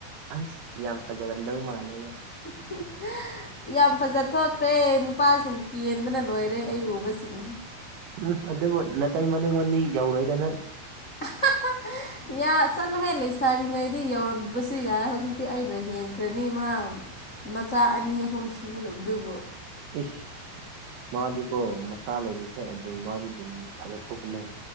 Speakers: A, on the right; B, on the left.
A: ꯑꯁ ꯌꯥꯝ ꯐꯖꯔꯝꯗꯧ ꯃꯥꯜꯂꯦꯕ
B: <unintelligible> ꯌꯥꯝ ꯐꯖ ꯊꯣꯛꯈ꯭ꯔꯦ ꯅꯨꯄꯥꯁꯤꯡ ꯀꯦꯟꯕꯅ ꯂꯣꯏꯔꯦ ꯑꯩ ꯎꯕꯁꯤꯡ
A: ꯎꯝ ꯑꯗꯨꯕꯨ ꯅꯥꯇꯩꯃ ꯌꯧꯔꯣꯏꯗ ꯅꯪ
B: <unintelligible> ꯌꯥ ꯆꯠꯂꯨꯍꯦ ꯂꯩꯁꯥꯔꯤꯉꯩꯗꯗꯤ ꯌꯧꯔꯝꯗꯕꯁꯨ ꯌꯥꯏ ꯍꯧꯖꯤꯛꯇꯤ ꯑꯩꯅ ꯍꯦꯟꯈ꯭ꯔꯅꯤ ꯃꯥ ꯃꯆꯥ ꯑꯅꯤ ꯑꯍꯨꯝ ꯁꯨꯔꯕꯗꯨꯕꯨ
A: ꯏꯁ ꯃꯥꯗꯤꯀꯣ ꯃꯆꯥ ꯂꯩꯔꯤꯈꯩ ꯑꯗꯨꯝ ꯃꯥꯗꯤ ꯑꯗꯨꯝ ꯐꯖ ꯊꯣꯛꯄꯅꯦ